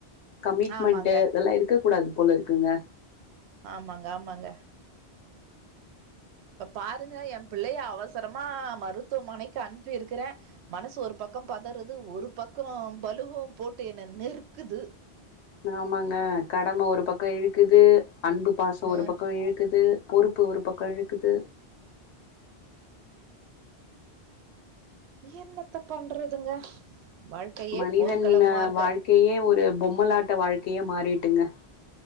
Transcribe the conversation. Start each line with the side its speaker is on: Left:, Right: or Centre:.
Left: கமிட்மண்டு
Right: ஆமாங்க
Left: இதெல்லா இருக்க கூடாது போலருக்குங்க
Right: ஆமாங்க ஆமாங்க ப்ப பாருங்க ஏம் புள்ளய அவஸ்சரமா மருத்துமனைக்கு அன்ப்பி இருக்குறே மனசு ஒரு பக் கம் பதறுது ஒரு பக்கொ பலுவூ போட்டு என்ன நெர்க்குது
Left: நாமாங்க கடம ஒரு பக்கொ இழுக்குது அன்பு பாசொ ஒரு
Right: ஆ
Left: பக்கொ இழுக்குது பொறுப்பு ஒரு பக்கொ இழுக்குது
Right: என்னத்த பண்றதுங்க வாழ்க்கையே
Left: மனிதன்ன
Right: போர்க்களமா இருக்கு
Left: வாழ்க்குயே ஒரு பொம்மலாட்ட வாழ்க்குய மாறீட்டுங்க